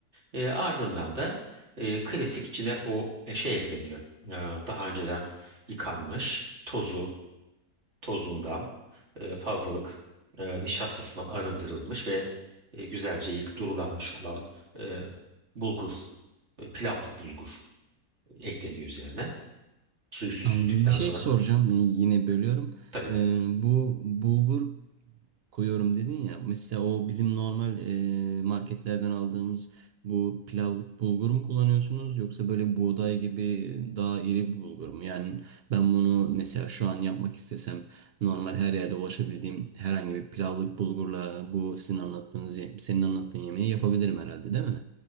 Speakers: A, on the right; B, on the right.
A: E, ardından da e, klasik içine o e, şey ekleniyor. E, daha önceden yıkanmış tozu, tozundan e, fazlalık e, nişastasından arındırılmış ve e, güzelce yık durulanmış olan e, bulgur, e, pilavlık bulgur ekleniyor üzerine. Suyu süzüldükten
B: Anladım. Bir şey
A: sonra.
B: soracağım. Yani yine bölüyorum.
A: Tabii
B: Ee, bu bulgur koyuyorum dedin ya. Mesela o bizim normal e, marketlerden aldığımız bu pilavlık bulgur mu kullanıyorsunuz yoksa böyle buğday gibi daha iri bir bulgur mu? Yani ben bunu mesela şu an yapmak istesem normal her yerde ulaşabildiğim herhangi bir pilavlık bulgurla bu sizin anlattığınız, ye- senin anlattığın yemeği yapabilirim herhalde, değil mi?